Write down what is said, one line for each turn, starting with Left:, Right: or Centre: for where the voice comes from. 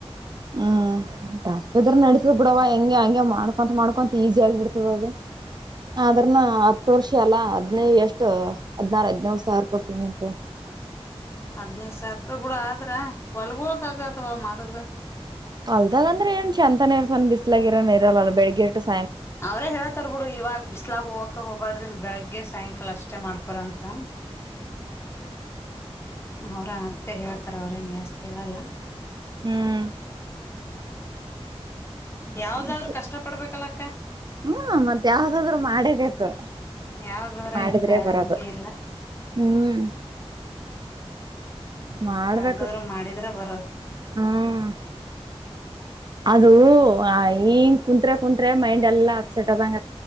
Right: ಹ್ಮ್ ಟಪ್ಪಿದ್ರ ನಡಿತ ಬಿಡವ ಹೆಂಗೆ ಹಂಗೆ ಮಾಡ್ಕೊಂತ ಮಾಡ್ಕೊಂತ ಈಸಿ ಆಗ್ ಬಿಡ್ತದ್ ಅದು ಆದ್ರನ ಹತ್ ವರ್ಷ ಅಲ್ಲಾ ಹದ್ನೈ ಎಷ್ಟು ಹದ್ನಾರು ಹದ್ನೋಳ್ ಸಾವ್ರ ರೂಪಾಯಿ ಪೇಮೆಂಟು.
Left: ಹದ್ನೈದ್ ಸಾವ್ರ ರುಪಾಯ್ ಬಿಡ ಆದ್ರ ಹೊಲ್ಗೊಳದ ಆಗ್ದವ ಮಾಡೊದು.
Right: ಹೊಲ್ದಾಗ್ ಅಂದ್ರೆ ಏನ್ ಚಂತನೆ ಇರ್ತಾನ್ ಬಿಸ್ಲಾಗ್ ಇರನ್ ಇರಲ್ಲ ಬೆಳಗ್ಗೆ ಎಷ್ಟೋತ್
Left: ಅವ್ರೇ ಹೇಳ್ತರ್ ಬಿಡು ಇವಾಗ್ ಬಿಸ್ಲಾಗ್ ಹೋಗಕ ಹೋಗಬಾರಡ್ರಿಮ್ ಬೆಳಿಗ್ ಗ್ಗೆ ಸಾಯಂಕಾಲ ಅಷ್ಟೇ ಮಾಡ್ಕೊರೆ ಅಂತ. ಹ್ಮ್ ಅವರಾ ಮತ್ತೆ ಹೇಳ್ತಾರ ಅವ್ರೇನ್ಸ್ತಿ ಹೇಳಲ್ಲ
Right: ಹ್ಮ <unintelligible>
Left: ಯಾವ್ದಾದ್ರು ಕಷ್ಟ ಪಡ್ಬೇಕಲ್ಲಕ್ಕ
Right: ಹ್ಮ ಮತ್ತ ಯಾವ್ದಾದ್ರು ಮಾಡೇಬೇಕು <inaudible>
Left: ಯಾವ್ದದರ
Right: ಮಾಡಿದ್ರೆ
Left: ಏನು ಕ
Right: ಬರದು
Left: ಅಂಗೆ ಎಲ್ಲ
Right: ಹ್ಮ್ ಮಾಡ್ಬೇಕು
Left: ಯಾವ್ದಾದ್ರರು ಮಾಡಿದ್ರ ಬರದು
Right: ಹ್ಮ್
Left: <unintelligible>
Right: ಅದು ಹ ಕುತ್ರೆ ಕುತ್ರೆ ಮೈಂಡ್ ಎಲ್ಲಾ ಅಪ್ಸೆಟ್ ಆದಂಗ